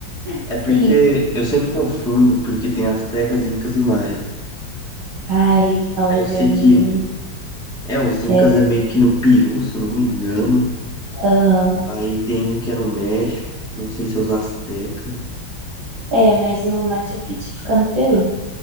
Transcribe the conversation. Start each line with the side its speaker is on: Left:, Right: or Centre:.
Centre: É
Right: sim.
Centre: porque eu sempre confundo, porque tem astecas, incas e maias.
Right: Ai, olha,
Centre: Aí eu sei
Right: hum,
Centre: que. É, os incas
Right: é,
Centre: é meio que no Peru, se eu não me engano.
Right: aham.
Centre: Aí tem um que é no México, não sei se é os astecas.
Right: É, mas o Machu Picchu fica no Peru.